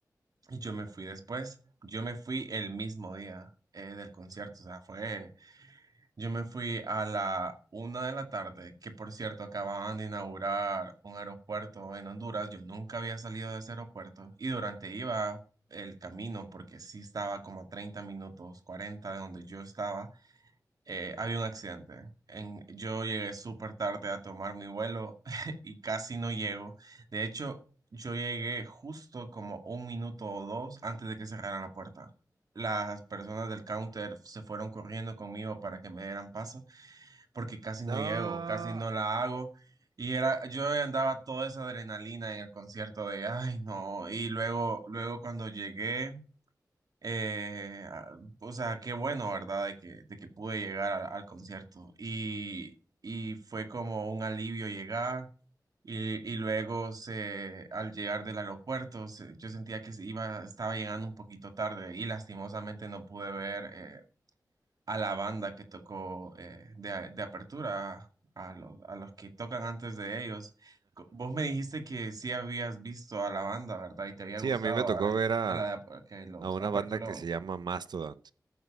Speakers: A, on the right; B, on the right.
A: y yo me fui después, yo me fui el mismo día eh, del concierto, o sea, fue, yo me fui a la una de la tarde, que por cierto acababan de inaugurar un aeropuerto en Honduras, yo nunca había salido de ese aeropuerto y durante iba el camino, porque sí estaba como a 30 minutos, 40 de donde yo estaba, eh, había un accidente. En- yo llegué súper tarde a tomar mi vuelo <laughs> y casi no llego. De hecho, yo llegué justo como un minuto o dos antes de que cerraran la puerta. Las personas del counter se fueron corriendo conmigo para que me dieran paso porque casi
B: No.
A: no llego,
B: Ajá.
A: casi no la hago. Y era, yo andaba toda esa adrenalina en el concierto de, ay, no. Y luego, luego cuando llegué... Eh, a- o sea, qué bueno, ¿verdad? De que, de que pude llegar al, al concierto. Y, y fue como un alivio llegar. Y, y luego se, al llegar del aeropuerto, se- yo sentía que se iba, estaba llegando un poquito tarde y lastimosamente no pude ver eh, a la banda que tocó eh, de, a- de apertura, a los, a los que tocan antes de ellos. Co- Vos me dijiste que sí habías visto a la banda, ¿verdad? Y te había
B: Sí,
A: gustado
B: a mí me tocó
A: a la que,
B: ver a,
A: a la que los
B: a una
A: aperturó.
B: banda que se llama Mastodon,